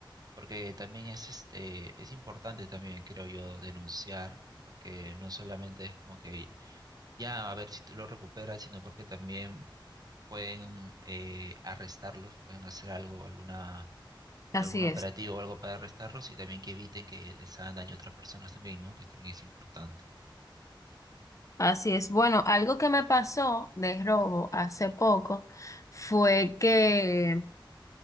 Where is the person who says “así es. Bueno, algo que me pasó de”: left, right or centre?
Left